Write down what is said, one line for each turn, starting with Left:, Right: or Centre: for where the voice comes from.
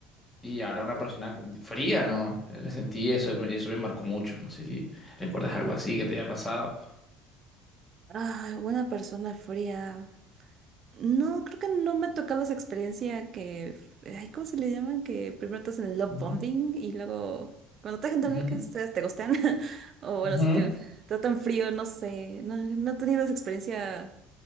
Left: y ahora una persona fría, ¿no? Eh, Le sentí eso y me- y eso me marcó mucho. No sé si recuerdas algo así que te haya pasado.
Right: Ah, una persona fría. No, creo que no me ha tocado esa experiencia que, ay, ¿cómo se le llaman? Que primero te hacen love
Left: Ujú,
Right: bombing y luego cuando te dejan de
Left: ujú,
Right: hablar que ustedes te gustan. <laughs> O bueno,
Left: ujú,
Right: si te tratan frío, no sé. No, no he tenido esa experiencia,